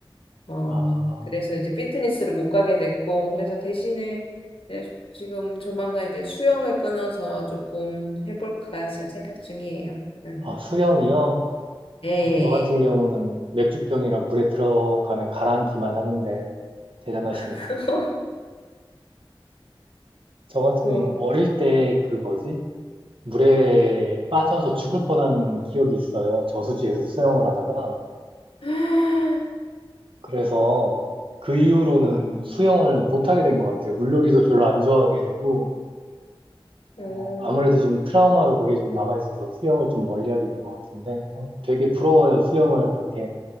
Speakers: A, on the left; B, on the right.
A: 어,
B: 아,
A: 그래서 이제 피트니스를 못 가게 됐고, 그래서 대신에 이제 지금 조만간 이제 수영을 끊어서 조금 해볼까 지금 생각 중이에요. 응.
B: 아, 수영이요?
A: 예, 예,
B: 어, 저 같은
A: 예.
B: 경우는 맥주병이라 물에 들어가면 가라앉기만 하는데 대단하시네요.
A: <laughs>
B: 저 같은
A: 그,
B: 경우는 어릴 때 그 뭐지? 물에 빠져서 죽을 뻔한 기억이 있어요. 저수지에서 수영을 하다가.
A: 아, <gasps>
B: 그래서 그 이후로는 수영을 못하게 된 것 같아요. 물놀이도 별로 안 좋아하게 되고,
A: 음,
B: 어, 아무래도 좀 트라우마로 그게 좀 남아있어서 수영을 좀 멀리하게 된 것 같은데, 어, 되게 부러워요. 수영을 그렇게